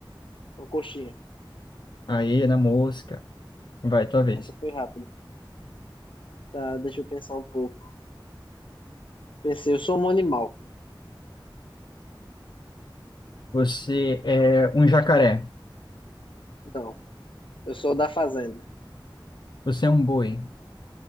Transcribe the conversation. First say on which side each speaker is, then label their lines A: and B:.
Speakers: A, on the left; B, on the left.
A: Uma coxinha.
B: Aê, na mosca. Vai, tua vez.
A: Essa foi rápida. Tá, deixa eu pensar um pouco. Pensei, eu sou um animal.
B: Você é um jacaré.
A: Não, eu sou da fazenda,
B: Você é um boi.